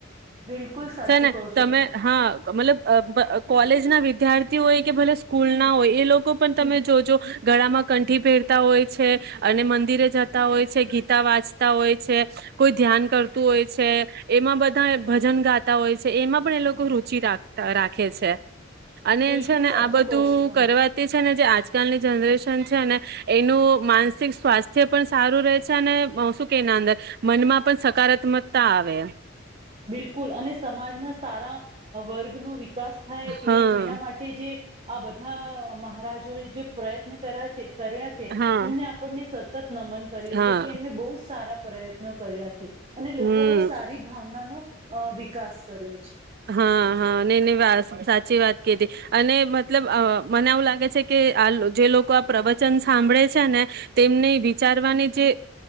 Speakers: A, on the right; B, on the right.
A: બિલકુલ સાચું
B: છે ને
A: કહો
B: તમે
A: છો
B: હા મતલબ અબ બઅ કોલેજ ના વિદ્યાર્થી હોય કે ભલે સ્કૂલ ના હોય એ લોકો પણ તમે જો-જો ગળામાં કંઠી પહેરતા હોય છે. અને મંદિરે જતા હોય છે, ગીતા વાંચતા હોય છે. કોઈ ધ્યાન કરતું હોય છે. એમાં બધ ધાએ ભજન ગાતા હોય છે. એમાં પણ એ લોકો રુચિ રાખતા રાખે છે. અને
A: બિલકુલ
B: છે ને
A: સાચું
B: આ બધું
A: કહો છો તમે
B: કરવાતી છે ને જે આજ કલ ની જનરેશન છે ને એનું માનસિક સ્વાસ્થ્ય પણ સારું રહે છે અહ અને શું કે એના અંદર મનમાં પણ સકારાત્મકતા આવે.
A: બિલકુલ, અને સમાજમાં સારા અ વર્ગનું વિ કાસ થાય
B: હા
A: એન એના માટે જે આ બધા મહારાજોએ જે પ્રયત્ન કર્યા છે કર્યા છે
B: હા
A: એમને આપણને સતત નમન કરીએ
B: હા
A: છે કે એમને બહુ સારા પ્રયત નો કર્યા છે અને
B: હમ
A: લોકોમાં સારી ભાવ નાનો અ વિકાસ કર્યો છે.
B: હ હ નેની વાસ સાચી વાત કીઘી, અને મતલબ અ મને આવું લાગે છે કે આ જે લોકો આ પ્રવચન સાંભળે છે ને તેમને વિચારવાની જે